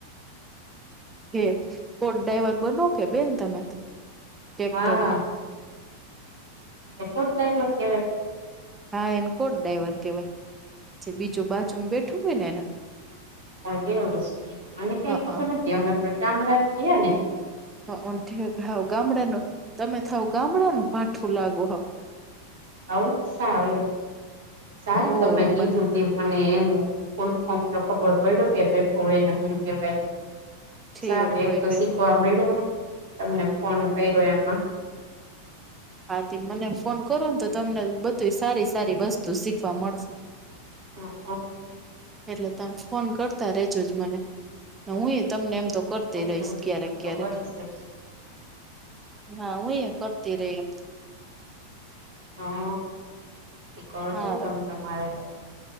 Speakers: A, on the right; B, on the right.
A: એક કોટ ડ્રાઈવર બનો કે બેન તમે તો ટ્રેક્ટર
B: હા
A: નો
B: એ કોટ ડ્રાઇવર કહેવાય?
A: હા એને કોટ ડાઈવર કેહેવાય જે બીજુ બાજુમા બેઠુ હોય ને એને.
B: કે એવું સે મને કાઇ
A: હા
B: ખબર નથી અમે પણ ગામળા ના હિયેને.
A: આમ થી હાવ ગામડાનો તમેતો હાવ ગામડા નુ ભાઠું લાગો હાવ.
B: આવુ સારુ સારુ
A: ઓય
B: તમે કીધુ
A: બા
B: તે મને એનુ ફમ તો ખબર પડ્યો કે બેઠો એ નહી કેવાય <inaudible>
A: ઠીક
B: સારુ એક
A: હોય
B: તો
A: બેન
B: શીખવા મળ્યુ મને તમને ફોન કર્યો એમા.
A: આથી મને ફોન કરો ને તો તમને બધુ સારી સારી વસ્તુ શીખવા મળશે.
B: હ
A: એટલે તમ ફોન કરતા રેજો જ મને હુએ તમને એમ તો કરતી રહીશ
B: તમે
A: ક્યારેક
B: ફોન તો
A: ક્યારેક.
B: કરીશ જ
A: હા હું એ કરતી રહીશ એમ તો.
B: હા કરજો
A: હારું
B: તમે તમારે તો